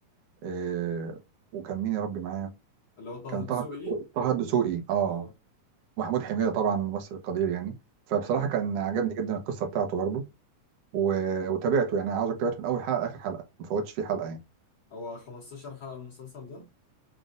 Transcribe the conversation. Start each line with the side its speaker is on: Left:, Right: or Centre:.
Right: آه، وكان مين يا ربي معاه
Left: اللي هو طه
Right: كان طه
Left: دسوقي
Right: طه الدسوقي اه
Left: اه
Right: محمود حميدة طبعا ممثل قدير يعني فبصراحة
Left: مم.
Right: كان عجبني جدا القصة بتاعته برضه و... وتابعته يعني عاوزك تابعته من أول حلقة لآخر حلقة ما فوتش فيه حلقة يعني
Left: هو 15 حلقه المسلسل ده